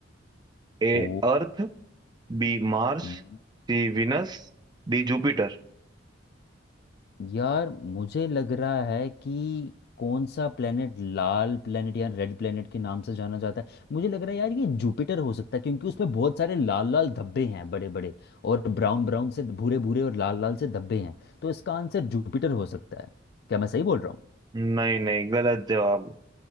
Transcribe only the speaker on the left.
ओ
हम्म,
यार मुझे लग रहा है कि कौन सा प्लेनेट लाल प्लेनेट या रेड प्लेनेट के नाम से जाना जाता है मुझे लग रहा है यार ये जुपिटर हो सकता है क्योंकि उसमें बहुत सारे लाल लाल धब्बे हैं बड़े बड़े और ब्राउन ब्राउन से भूरे भूरे और लाल लाल से धब्बे हैं तो इसका आंसर जुपिटर हो सकता है क्या मैं सही बोल रहा हूँ